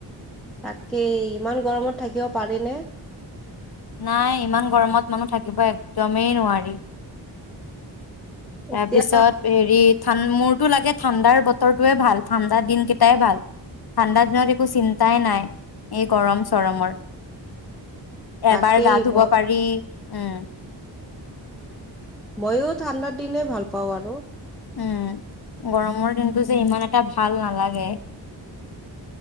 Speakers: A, in the centre; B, on the left.
A: তাকে ইমান গৰমত থাকিব পাৰিনে?
B: নাই ইমান গৰমত মানুহ থাকিব একদমেই নোৱাৰি। তাৰপিছত
A: এতিয়া
B: হেৰি ঠা মোৰটো লাগে ঠাণ্ডাৰ বতৰটোৱে ভাল ঠাণ্ডাৰ দিন কেইটাই ভাল, ঠাণ্ডা দিনত একো চিন্তাই নাই এই গৰম চৰমৰ এবাৰ
A: তাকেই
B: গা ধুব
A: মই
B: পাৰি, উ'
A: ময়ো ঠাণ্ডাৰ দিনে ভাল পাওঁ আৰু,
B: উম গৰমৰ দিনটো যে ইমান এটা ভাল নালাগে।